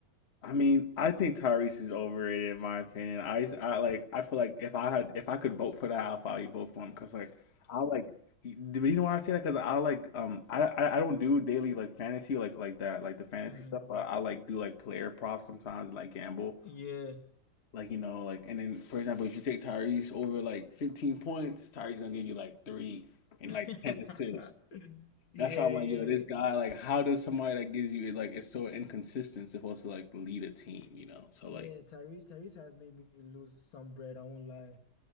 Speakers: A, on the left; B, on the left.
A: I mean, I think Tyrese is overrated in my opinion. I, I like, I feel like if I had, if I could vote for that, I'll probably vote for him because like, I like, you you know why I say that? Because I like, um, I, I, I don't do daily like fantasy like like that like the fantasy
B: Mhm.
A: stuff, but I like do like player props sometimes and like gamble,
B: Yeah.
A: like you know like and then for example, if you take Tyrese over like 15 points, Tyrese gonna give you like three and
B: <laughs>
A: like 10 assists.
B: Yeah,
A: That's why I'm like,
B: yeah.
A: yo, this guy, like, how does somebody that gives you like it's so inconsistent supposed to like lead a team, you know? So
B: Yeah,
A: like
B: Tyrese, Tyrese has made me lose some bread, I won't lie.